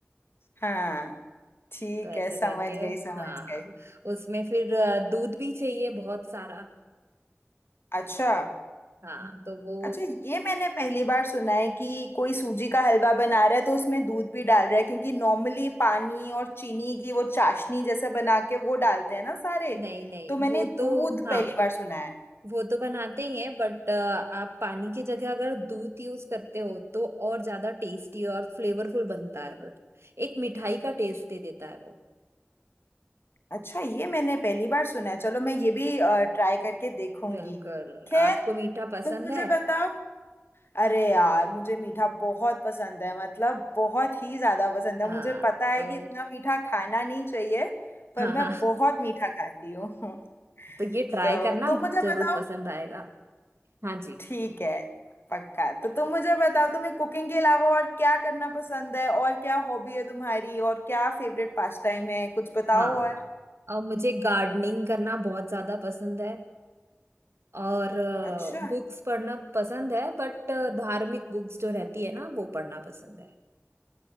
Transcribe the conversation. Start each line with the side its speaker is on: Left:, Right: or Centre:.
Left: हाँ ठीक
Right: तो ऐसे
Left: है समझ
Right: करके
Left: गई समझ
Right: हाँ
Left: गई
Right: उसमें फिर अ, दूध भी चाहिए बहुत सारा
Left: अच्छा
Right: हाँ तो वो
Left: अच्छा ये मैंने पहली बार सुना है कि कोई सूजी का हलवा बना रहा है तो उसमें दूध भी डाल रहा है क्योंकि नॉर्मली पानी और चीनी की वो चाशनी जैसे बना के वो डालते हैं ना सारे
Right: नहीं नहीं
Left: तो मैंने
Right: वो तो
Left: दूध
Right: हाँ
Left: पहली बार सुना है
Right: वो तो बनाते ही हैं बट आप पानी की जगह अगर दूध यूज करते हो तो और ज्यादा टेस्टी और फ्लेवरफुल बनता है वो एक मिठाई का टेस्ट दे देता है वो
Left: अच्छा ये मैंने पहली बार सुना है चलो मैं ये भी ट्राई करके देखूंगी
Right: बिल्कुल
Left: खैर
Right: आपको मीठा पसंद
Left: तुम मुझे
Right: है
Left: बताओ अरे यार मुझे मीठा बहुत पसंद है मतलब बहुत ही ज्यादा पसंद है
Right: हाँ
Left: मुझे पता है
Right: तो
Left: कि इतना मीठा खाना नहीं चाहिए पर
Right: हाँ
Left: मैं
Right: हाँ
Left: बहुत मीठा खाती हूँ <laughs>
Right: तो ये ट्राई
Left: तो
Right: करना
Left: तुम मुझे
Right: जरूर
Left: बताओ
Right: पसंद आएगा हाँ जी
Left: ठीक है पक्का तो तुम मुझे बताओ तुम्हें कुकिंग के अलावा और क्या करना पसंद है और क्या हॉबी है तुम्हारी और क्या फेवरेट पास टाइम है कुछ बताओ
Right: हाँ
Left: और
Right: और मुझे गार्डनिंग करना बहुत ज्यादा पसंद है और
Left: अच्छा
Right: बुक्स पढ़ना पसंद है बट धार्मिक बुक्स जो रहती है ना वो पढ़ना पसंद है